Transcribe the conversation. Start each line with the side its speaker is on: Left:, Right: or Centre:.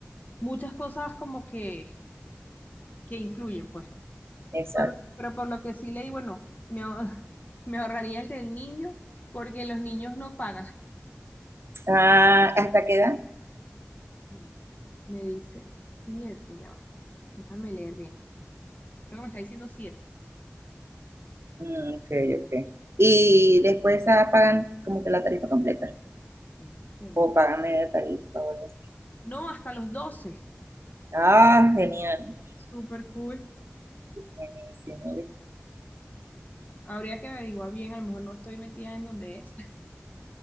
Left: muchas cosas como que, que influyen, pues.
Right: Exacto.
Left: Pero, pero por lo que sí leí, bueno, me, ahor- <laughs> me ahorraría el del niño, porque los niños no pagan.
Right: Ah, ¿Hasta qué edad?
Left: No, Me dice siete, ya va. Déjame leer bien. Creo que me está diciendo siete.
Right: Mm, Ok, ok. Y después ah, pagan como que la tarifa completa.
Left: No, sé,
Right: O pagan media tarifa o algo así.
Left: no, hasta los doce.
Right: Ah, genial.
Left: Súper cool.
Right: Buenísimo, ¿viste?
Left: Habría que averiguar bien, a lo mejor no estoy metida en donde es. <laughs>